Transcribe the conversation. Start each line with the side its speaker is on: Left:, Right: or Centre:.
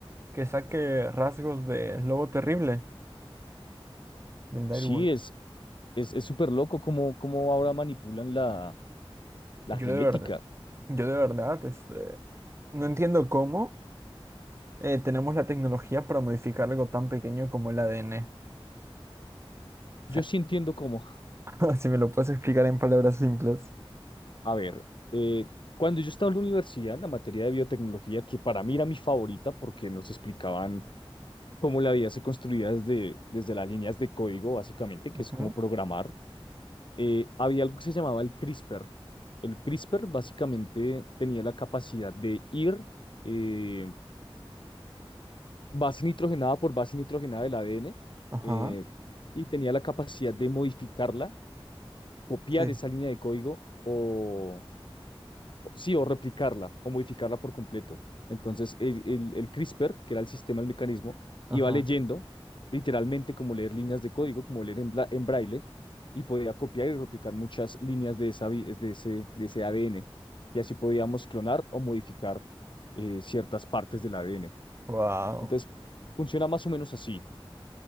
Right: que saque rasgos del lobo terrible, del
Left: Sí,
Right: direwolf
Left: es, es, es súper loco cómo, cómo ahora manipulan la, la
Right: Yo
Left: genética.
Right: de verdad, yo de verdad, este, no entiendo cómo eh, tenemos la tecnología para modificar algo tan pequeño como el ADN.
Left: Yo
Right: O sea,
Left: sí entiendo cómo.
Right: <laughs> si me lo puedes explicar en palabras simples.
Left: A ver, eh, cuando yo estaba en la universidad, en la materia de biotecnología, que para mí era mi favorita porque nos explicaban cómo la vida se construía desde, desde las líneas de código, básicamente, que
Right: Ujú.
Left: es como programar, eh, había algo que se llamaba el CRISPR. El CRISPR básicamente tenía la capacidad de ir... eh, base nitrogenada por base nitrogenada del ADN
Right: Ajá,
Left: eh, y tenía la capacidad de modificarla, copiar
Right: sí,
Left: esa línea de código o, o- sí, o replicarla o modificarla por completo. Entonces, el, el- el CRISPR, que era el sistema, el mecanismo,
Right: ajá.
Left: iba leyendo literalmente como leer líneas de código, como leer en, bla- en braille, y podía copiar y replicar muchas líneas de, esa, vi- de ese, de ese ADN. Y así podíamos clonar o modificar eh, ciertas partes del ADN.
Right: Wow.
Left: Entonces, funciona más o menos así.